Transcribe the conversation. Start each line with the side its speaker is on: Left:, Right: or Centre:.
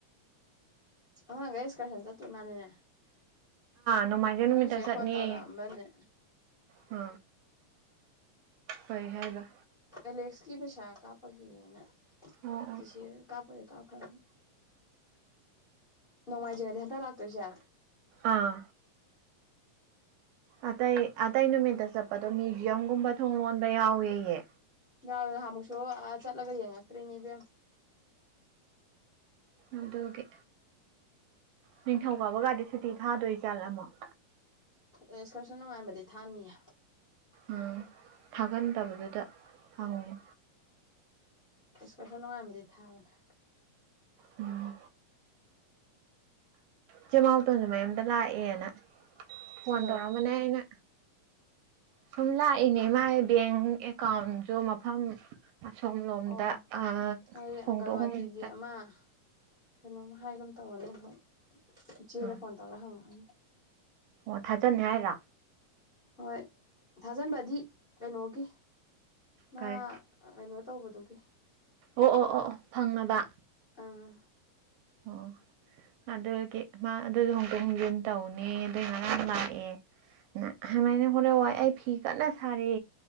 Left: ꯑꯉꯥꯡꯒꯩ ꯁꯀꯔꯁꯟ ꯆꯠꯇꯣꯏ ꯃꯥꯅꯤꯅꯦ
Right: ꯅꯣꯡꯃꯥꯏꯖ ꯅꯨꯃꯤꯠꯇ
Left: ꯅꯣꯏꯆꯦ
Right: ꯆꯠꯅꯤꯌꯦ
Left: ꯐꯣꯟ ꯇꯧꯔꯛꯑꯝꯕꯅꯦ
Right: ꯑ ꯀꯩ ꯍꯥꯏꯕ
Left: ꯑꯦꯂꯦꯛꯁꯀꯤ ꯄꯩꯁꯥ ꯀꯞꯞꯒꯤꯅꯦꯅ
Right: ꯑꯣ ꯑꯣ
Left: ꯆꯤꯆꯦ ꯀꯞ ꯑꯩꯈꯣꯏ ꯀꯥꯞꯈ꯭ꯔꯃꯦ ꯅꯣꯡꯃꯥꯏꯖꯤꯡ ꯍꯥꯢꯗꯤ ꯍꯟꯗꯛ ꯂꯛꯇꯣꯏꯁꯦ
Right: ꯑꯥ ꯑꯇꯩ ꯑꯇꯩ ꯅꯨꯃꯤꯠꯇ ꯆꯠꯄꯗꯣ ꯃ꯭ꯌꯨꯖꯤꯌꯝꯒꯨꯝꯕ ꯊꯣꯡ ꯂꯣꯟꯕ ꯌꯥꯎꯋꯦꯌꯦ
Left: ꯌꯥꯎꯋꯦ ꯅꯍ ꯑꯃꯨꯛꯁꯨ ꯆꯠꯂꯒ ꯌꯦꯡꯉꯛꯇ꯭ꯔꯤꯅꯦ ꯏꯕꯦꯝ
Right: ꯑꯗꯨꯒꯦ ꯅꯤꯡꯊꯧꯀꯥꯕ ꯀꯗꯤ ꯁꯨꯇꯤ ꯊꯥꯗꯣꯏ ꯖꯠꯂꫭ ꯑꯃꯣꯛ
Left: ꯑꯦꯛꯁꯀꯔꯁꯟ ꯅꯨꯡꯉꯥꯟꯕꯗꯤꯩ ꯊꯥꯅꯤꯌꯦ
Right: ꯎꯝ ꯊꯥꯒꯟꯗꯕꯗꯨꯗ ꯍꯪꯉꯤ
Left: ꯏꯁꯀꯁꯨ ꯅꯨꯡꯉꯃꯤꯗꯤꯩ ꯊꯥꯕꯅ
Right: ꯎꯝ ꯆꯦꯃꯥꯎꯇꯣꯟꯁꯨ ꯃꯌꯨꯝꯗ ꯂꯥꯛꯑꯦꯅ ꯐꯣꯟ
Left: ꯀꯩꯗꯧꯕ
Right: ꯇꯧꯔꯛꯑꯝꯕꯅꯦ ꯑꯩꯅ ꯁꯨꯝ ꯂꯥꯛꯏꯅꯦ ꯃꯥꯏ ꯕꯦꯡ ꯑꯦꯀꯥꯎꯟꯁꯨ ꯃꯐꯝ ꯑꯁꯣꯝ ꯂꯣꯝꯗ
Left: ꯑꯣ
Right: ꯑ
Left: ꯃꯣꯏ
Right: ꯍꯣꯡꯗꯣꯛ
Left: ꯑꯪꯒꯜꯋꯥꯗꯤꯒꯤ
Right: ꯍꯣꯡꯅꯤꯡ
Left: ꯑꯃ ꯀꯩꯅꯣꯝ ꯍꯥꯏꯒꯨꯝ ꯇꯧꯒꯅꯦ ꯍꯣꯏ ꯆꯦꯗ
Right: ꯑ
Left: ꯐꯣꯟ ꯇꯧꯔꯦ ꯍꯪꯉ
Right: ꯑꯣ ꯊꯥꯖꯅꯤ ꯍꯥꯏꯔ
Left: ꯍꯣꯏ ꯊꯥꯖꯟꯕꯗꯤ ꯀꯩꯅꯣꯒꯤ ꯃꯥ
Right: ꯀꯔꯤ
Left: ꯀꯩꯅꯣ ꯇꯧꯕꯗꯨꯒꯤ
Right: ꯑꯣ ꯑꯣ ꯑꯣ ꯑꯣ ꯐꯪꯅꯕ
Left: ꯑꯥ
Right: ꯑꯣ ꯑꯗꯨꯒꯤ ꯃꯥ ꯑꯗꯨꯁꯨ ꯍꯣꯡꯗꯣꯛ ꯍꯣꯡꯖꯤꯟ ꯇꯧꯅꯤ ꯑꯗꯨꯏ ꯉꯔꯥꯡ ꯂꯥꯛꯑꯦ ꯁꯃꯥꯏꯅ ꯍꯣꯂꯦ ꯋꯥꯏ ꯑꯩ ꯐꯤ ꯀꯟꯅ ꯁꯥꯔꯤ